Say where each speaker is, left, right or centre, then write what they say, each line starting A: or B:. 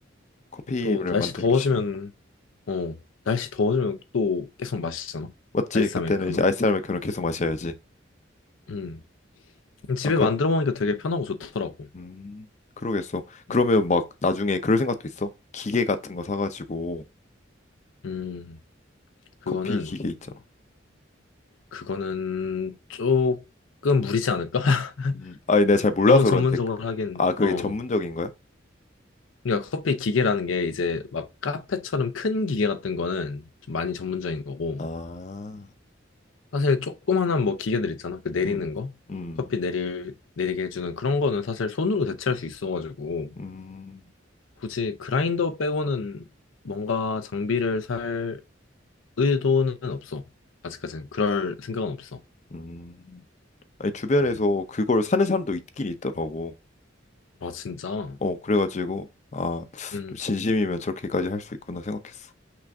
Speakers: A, on the left; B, on the left.
A: 커피를
B: 또 날씨
A: 만드는
B: 더워지면,
A: 게 취미구나.
B: 어, 날씨 더워지면 또 계속 마시잖아.
A: 맞지?
B: 아이스
A: 그때는
B: 아메리카노.
A: 이제 아이스 아메리카노 계속 마셔야지.
B: 응. 집에
A: 아, 그럼
B: 만들어 먹으니까 되게 편하고 좋더라고.
A: 음, 그러겠어. 그러면
B: 음,
A: 막 나중에 그럴 생각도 있어. 기계 같은 거 사가지고
B: 음, 그거는,
A: 커피 기계 있잖아.
B: 그거는 조금 무리지 않을까? <laughs>
A: 음, 아니 내가 잘 몰라서
B: 너무 전문적으로
A: 그런데 그,
B: 하긴,
A: 아 그게
B: 어.
A: 전문적인 거야?
B: 그러니까 커피 기계라는 게 이제 막 카페처럼 큰 기계 같은 거는 좀 많이 전문적인 거고,
A: 아,
B: 사실 조그만한 뭐 기계들 있잖아. 그 내리는
A: 음,
B: 거.
A: 음,
B: 커피 내릴, 내리게 해주는 그런 거는 사실 손으로 대체할 수 있어가지고
A: 음.
B: 굳이 그라인더 빼고는 뭔가 장비를 살 의도는 없어. 아직까지는 그럴 생각은 없어.
A: 음, 아니, 주변에서
B: 음.
A: 그걸 사는 사람도 있긴 있더라고.
B: 아, 진짜?
A: 어, 그래가지고, 아,
B: 음.
A: 좀 진심이면 저렇게까지 할 수 있구나 생각했어.